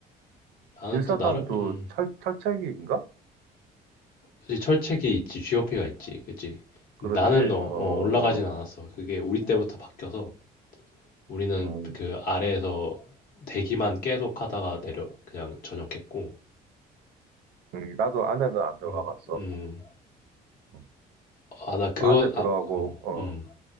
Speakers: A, on the left; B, on the right.
A: 나는
B: 일사단도
A: 또 나름, 음,
B: 철철책인가
A: 그치, 철책이 있지, GOP가 있지, 그치?
B: 그렇지.
A: 나는 어,
B: 어,
A: 어, 올라가진 않았어. 그게 우리 때부터 바뀌어서 우리는
B: 음,
A: 그 아래에서 대기만 계속 하다가 내려, 그냥 전역했고.
B: 음, 나도 안에는 안 들어가
A: 음,
B: 봤어.
A: 음.
B: 어,
A: 아, 나 그거,
B: 안에
A: 아,
B: 들어가고,
A: 어,
B: 어,
A: 음.